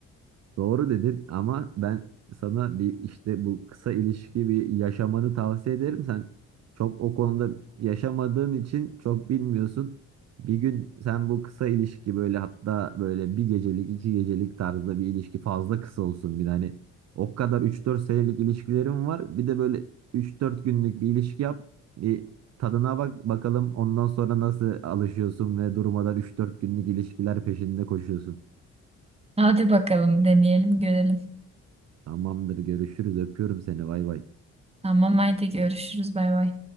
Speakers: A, on the right; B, on the right.
A: Doğru dedin ama ben sana bir işte bu kısa ilişki bir yaşamanı tavsiye ederim. Sen çok o konuda yaşamadığın için çok bilmiyorsun. Bir gün sen bu kısa ilişki böyle hatta böyle bir gecelik iki gecelik tarzda bir ilişki fazla kısa olsun bir de hani o kadar üç dört senelik ilişkilerim var. Bir de böyle üç dört günlük bir ilişki yap. Bir tadına bak bakalım ondan sonra nasıl alışıyorsun ve durmadan üç dört günlük ilişkiler peşinde koşuyorsun.
B: Hadi bakalım deneyelim görelim.
A: Tamamdır görüşürüz öpüyorum seni bay bay.
B: Tamam haydi görüşürüz bay bay.